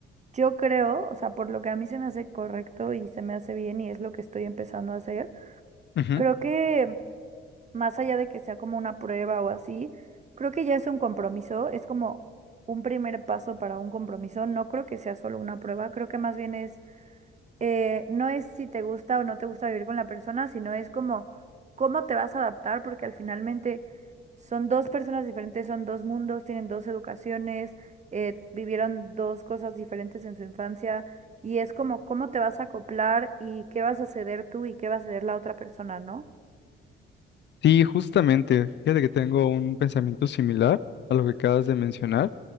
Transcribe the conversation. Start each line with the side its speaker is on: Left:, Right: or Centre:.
Right: Yo creo, o sea, por lo que a mí se me hace correcto y se me hace bien y es lo que estoy empezando a hacer,
Left: Ujú.
Right: creo que más allá de que sea como una prueba o así, creo que ya es un compromiso, es como un primer paso para un compromiso, no creo que sea solo una prueba, creo que más bien es eh, no es si te gusta o no te gusta vivir con la persona, sino es como cómo te vas a adaptar, porque al finalmente son dos personas diferentes, son dos mundos, tienen dos educaciones, eh, vivieron dos cosas diferentes en su infancia, y es como cómo te vas a acoplar y qué vas a ceder tú y qué va a ceder la otra persona, ¿no?
Left: Sí, justamente. Fíjate que tengo un pensamiento similar a lo que acabas de mencionar,